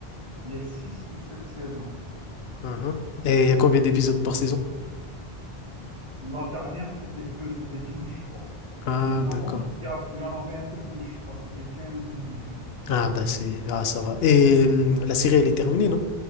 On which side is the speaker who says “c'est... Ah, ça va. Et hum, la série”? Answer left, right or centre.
Left